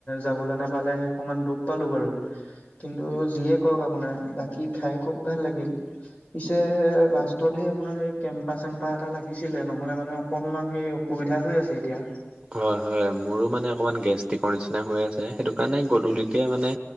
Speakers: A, on the left (about 30°); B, on the right (about 15°).
A: যাবলৈ নাপালে অকনমান দুখ পালো বাৰু কিন্তু যিয়ে কৰক আপোনাৰ বাকী খাই খুব ভাল লাগিল। পিছে লাষ্টত হে আপোনাৰ সেই কেম্পা চেম্পা এটা লাগিছিলে নহলে মানে অকনমান হে অসুবিধা হৈ আছে এতিয়া।
B: ধৰা হয় মোৰো মানে অকণমান গেষ্ট্ৰিকৰ নিচিনা হৈ আছে সেইটো কাৰণে গধূলিকে মানে,